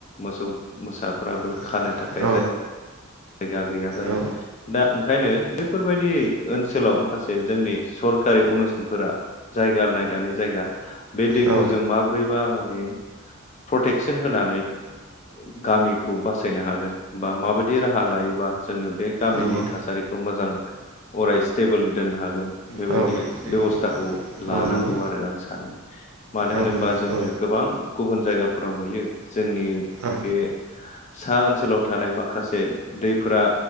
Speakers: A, on the left; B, on the right.
A: मोसौ मोसा फोराबो
B: औ
A: खानो थाखाय
B: औ
A: जाय जायगा गैया जायो
B: औ
A: दा ओंखायनो बे बेफोरबायदि ओनसोलाव माखासे जोंनि सरकारि अनुस्थानफोरा जायगानाय जायगा बे दैखौ
B: औ
A: जों माब्रैबा माने प्रटेकसन होनानै गामिखौ बासायनो हागोन बा माबायदि राहा लायोबा जोङो बे गामिनि
B: नंगौ
A: थासारिखौ मोजां अराय स्टेबोल दोननो हागोन बेबायदि
B: औ
A: बेब'स्थाखौ
B: औ
A: लानांगौ
B: नंगौ
A: आरो आं सानो मानो
B: औ
A: होनोबा
B: नंगौ
A: जोङो
B: औ
A: गोबां गुबुन जायगाफोराव नुयो जोंनि
B: औ
A: बे सा ओनसोलाव थानाय माखासे दैफोरा